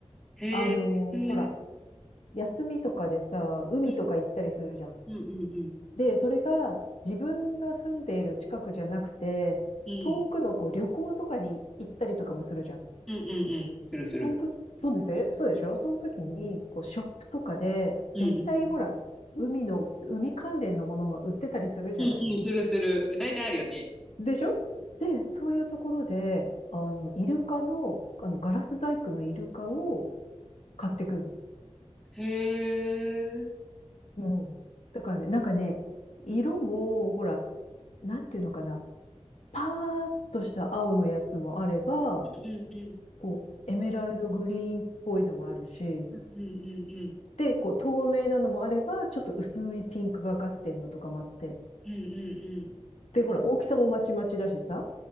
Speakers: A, in the centre; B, on the left.
A: へえ。
B: あの、
A: うん
B: ほら、休みとかでさ、海とか行ったりするじゃん。
A: うんうんうん。
B: で、それが自分が住んでいる近くじゃなくて、
A: うん
B: 遠くのこう旅行とかに行ったりとかもするじゃん。
A: うんうんうん。するする。
B: そんと、そうですよ。そうでしょその時に、こう、ショップとかで、
A: うんうん。
B: 絶対ほら、海の、海関連のものが売ってたりするじゃない。
A: うんうん、するする。大体あるよね。
B: でしょで、そういうところで、あの、イルカの、あの、ガラス細工のイルカを買ってくる。
A: へえ。うん
B: うん。だからね、なんかね、色も、ほら、なんていうのかな、パーッとした青のやつもあれば、
A: うんうんうん。
B: こう、エメラルドグリーンっぽいのもあるし、
A: うんうんうん。
B: で、こう透明なのもあれば、ちょっと薄いピンクがかってんのとかもあって。
A: うんうんうん。
B: で、ほら、大きさもまちまちだしさ。